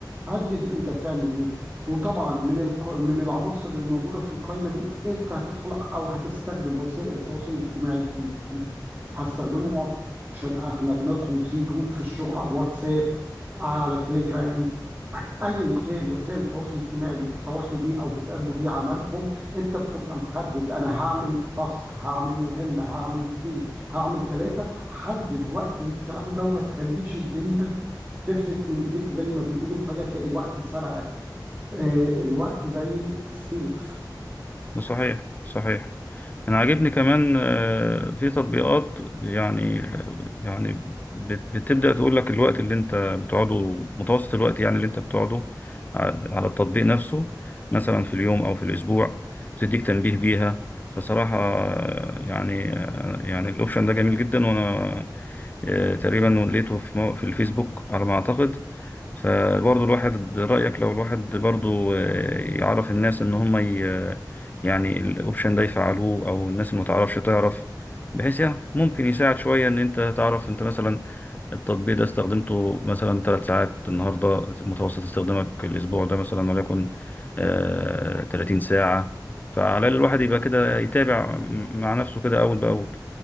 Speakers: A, on the right; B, on the left.
A: حدد انت تعمل ايه وطبعا من الق... من العناصر الموجوده في القائمه دي انت هتدخل او هتستخدم وسائل التواصل الاجتماعي فيه هستخدمه عشان احنا بندخل في جروب في الشغل على الواتساب على تليجرام ايا كان وسائل التواصل الاجتماعي اللي بتتواصلوا بيه او بتأدوا بيه عملكم انت بتبقى محدد انا هعمل تاسك هعمل مهمه هعمل اتنين هعمل تلاته حدد وقت للكلام ده وما تخليش الدنيا تفلت من ايديك زي ما بيقولوا فجاه تلاقي الوقت سرقك آه، الوقت زي السيف
B: صحيح صحيح انا عاجبني كمان آه، في تطبيقات يعني يعني بت- بتبدأ تقول لك الوقت اللي انت بتقعده متوسط الوقت يعني اللي انت بتقعده ع- على التطبيق نفسه مثلا في اليوم او في الاسبوع بتديك تنبيه بيها فصراحة آه، يعني آه، يعني الاوبشن ده جميل جدا وانا آه، تقريبا لقيته في مو- في الفيسبوك على ما اعتقد فبرضه الواحد رأيك لو الواحد برضه آه، يعرف الناس ان هم يعني الاوبشن ده يفعلوه او الناس اللي متعرفش تعرف بحيث يعني ممكن يساعد شوية ان انت تعرف انت مثلا التطبيق ده استخدمته مثلا ثلاث ساعات النهاردة متوسط استخدامك الاسبوع ده مثلا وليكن آه 30 ساعة فعلى الاقل الواحد يبقى كده يتابع مع نفسه كده اول باول